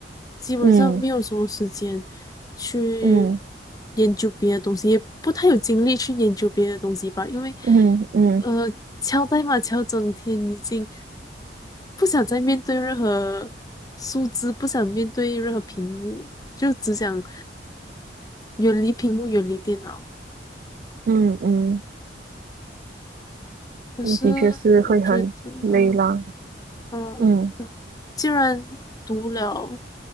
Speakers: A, on the left; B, on the right.
A: 基本上没有什么时间
B: 嗯
A: 去
B: 嗯
A: 研究别的东西，也不太有精力去研究别的东西吧，因为
B: 嗯嗯
A: 呃，敲代码敲整天已经。不想再面对任何数字，不想面对任何屏幕，就只想远离屏幕，远离电脑。
B: 嗯嗯，
A: 可是我觉得，
B: 嗯的确是会很累啦。
A: 嗯，
B: 嗯
A: 既然读了，